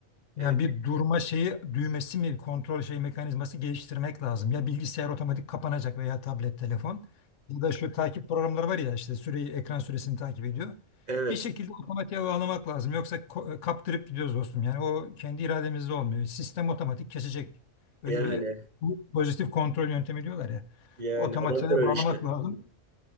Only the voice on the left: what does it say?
Yani
bir durma şeyi düğmesi mi kontrol şey mekanizması geliştirmek lazım. Ya bilgisayar otomatik kapanacak veya tablet, telefon ya da şu takip programları var ya işte süreyi ekran süresini takip ediyor.
Bir şekilde otomatiğe bağlamak lazım. Yoksa ko- e, kaptırıp gidiyoruz dostum. Yani o kendi irademizde olmuyor. Sistem otomatik kesecek. Öyle
bir pozitif kontrol yöntemi diyorlar ya.
Otomatiğe
bağlamak
lazım.